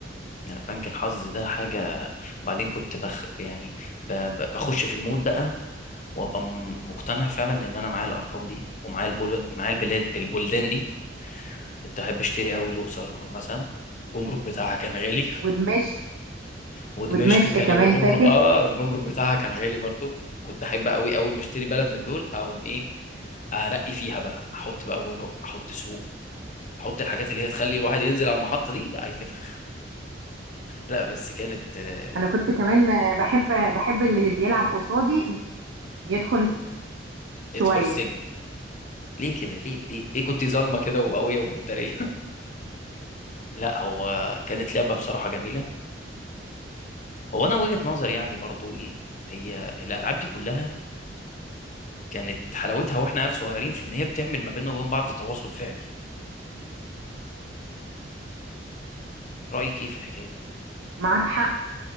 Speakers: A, on the left (about 40°); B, on the right (about 90°).
A: لا بنك الحظ ده حاجة وبعدين كنت بخ يعني ب... ب- بخش في المود بقى وابقى م- مقتنع فعلا ان انا معايا الارقام دي ومعايا البل... معايا البلاد البلدان دي كنت احب اشتري قوي الاقصر مثلا الجمرك بتاعها كان غالي <laughs>
B: ودمشق
A: ودمشق
B: ودمشق
A: كان
B: كمان
A: الجمرك
B: فاكر
A: اه الجمرك بتاعها كان غالي برضو كنت احب قوي اول ما اشتري بلد من دول اقوم ايه ارقي فيها بقى احط بقى جمرك احط سوق احط الحاجات اللي هي تخلي الواحد ينزل على المحطة دي هيتنفخ لا بس كانت آه،
B: انا كنت كمان بحب بحب اللي بيلعب قصادي يدخل الس- شوية
A: يدخل السجن ليه كده ليه ليه ليه كنت ظالمه كده وقويه ومفتريه <laughs> لا هو كانت لعبه بصراحه جميله هو انا وجهه نظري يعني برضو ايه هي الالعاب دي كلها كانت حلاوتها واحنا عيال صغيرين في ان هي بتعمل ما بيننا وبين بعض تواصل فعلي رايك ايه في الحكايه دي
B: معاك حق